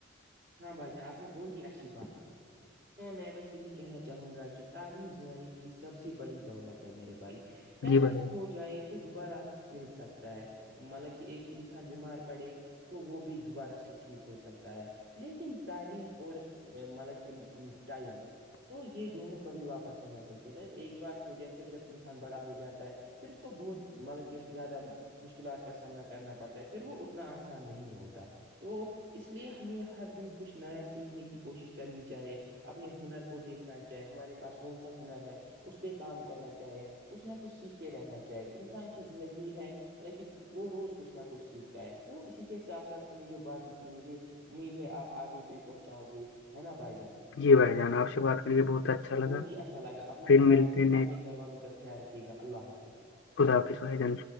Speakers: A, on the right; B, on the left.
A: ہاں بھائی جان آپ نے بہت ہی اچھی بات کی میں بس یہی کہنا چاہوں گا کہ تعلیم زندگی کی سب سے بڑی دولت ہے میرے بھائی پیسہ
B: جی بھائی
A: کھو
B: جان
A: جائے تو دوبارہ مل سکتا ہے مطلب کہ ایک انسان بیمار پڑے تو وہ بھی دوبارہ سے ٹھیک ہو سکتا ہے لیکن تعلیم اورور مطلب کہ ٹائم تو یہ دونوں کبھی واپس نہیں آ سکتی ایک بار کھودیا پھر جب انسان بڑا ہو جاتا ہے پھر اس کو بہت مطلب کہ زیادہ مشکلات کا سامنا کرنا پڑتا ہے پھر وہ اتنا آسان نہیں ہوتا تو اس لیے ہمیں ہر دن کچھ نیا سیکھنے کی کوشش کرنی چاہے اپنے ہنر کو دیکھنا چاہے ہمارے پاس کون سا ہنر ہے اس پہ کام کرنا چاہے کچھ نہ کچھ سیکھتے رہنا چاہے انسان کی زندگی ہے مطلب کہ وہ روز کچھ نہ کچھ سیکھتا ہے تو اسی کے ساتھ ساتھ ہم نے جو باتیں کی مجھے امید ہے آپ آگے بھیہ پہنچاؤ گے ہے نا بھائی جان
B: جی بھائی جان آپ سے بات کریے بہت اچھا
A: کہ
B: لگا
A: بہت ہی اچھا لگا اپنا
B: پھر
A: خیال
B: ملتے
A: رکھیے گا اپنے
B: ہیں
A: گھر والوں کا خیال رکھیے گا اللہ حافظ
B: خدافظ و ج